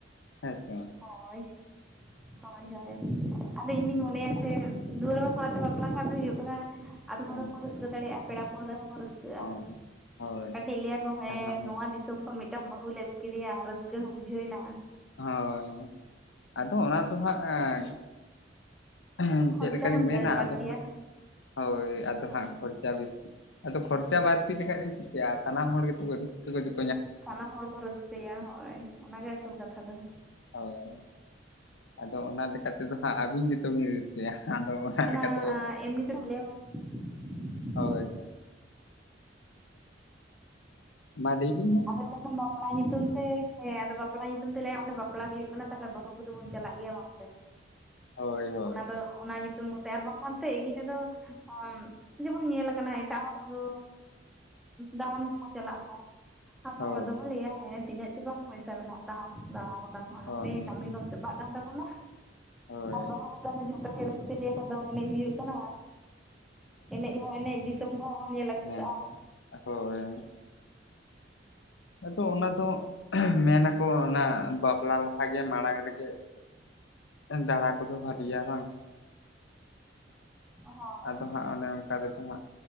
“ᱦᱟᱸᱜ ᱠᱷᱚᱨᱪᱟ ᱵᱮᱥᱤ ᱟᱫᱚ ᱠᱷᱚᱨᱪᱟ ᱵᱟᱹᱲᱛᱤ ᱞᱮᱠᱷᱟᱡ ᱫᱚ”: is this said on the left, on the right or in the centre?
Left